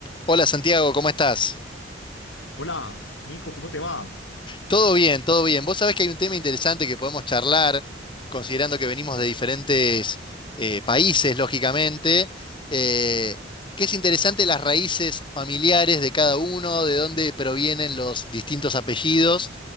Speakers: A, on the left (about 25°); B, on the left (about 80°).
A: Hola Santiago, ¿cómo estás?
B: Hola, Nico, ¿cómo te va?
A: Todo bien, todo bien. Vos sabés que hay un tema interesante que podemos charlar, considerando que venimos de diferentes eh, países, lógicamente, eh, que es interesante las raíces familiares de cada uno, de dónde provienen los distintos apellidos.